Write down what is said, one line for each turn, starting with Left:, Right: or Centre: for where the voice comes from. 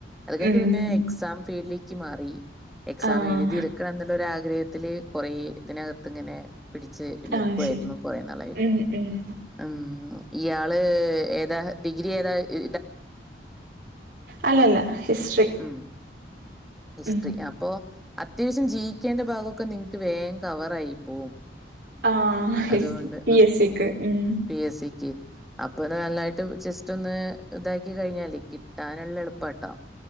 Centre: അത് കയിഞ്ഞട്ട്
Right: ഉം
Centre: പിന്നെ എക്സാം ഫീൽഡിലേക്ക് മാറി, എക്സാം
Right: ആഹ്
Centre: എഴുതി <unintelligible> എന്നുള്ള ഒരാഗ്രഹത്തില് കൊറെ ഇതിനകത്ത് ഇങ്ങനെ പിടിച്ച് നക്കുവായിരുന്നു
Right: ആഹ് ശരി
Centre: കുറെ നാളായിട്ട്
Right: ഉം ഉം
Centre: ഉം ഇയാള് ഏതാ ഡിഗ്രി ഏതാ? ഇ
Right: അല്ലല്ല ഹിസ്റ്ററി
Centre: ഉം ഹിസ്റ്ററി,
Right: ഉം
Centre: അപ്പൊ അത്യാവശ്യം ജീവിക്കേണ്ട ഭാഗൊക്കെ നിങ്ങക്ക് വേഗം കവറായി പോവും.
Right: ആഹ്
Centre: അതുകൊണ്ട്
Right: പി എസ് സിക്ക് ഉം.
Centre: പി എസ് സിക്ക്. അപ്പോത് നന്നായിട്ട് ജസ്റ്റ് ഒന്ന് ഇതാക്കി കഴിഞ്ഞാലേ കിട്ടാനുള്ള എളുപ്പട്ടോ.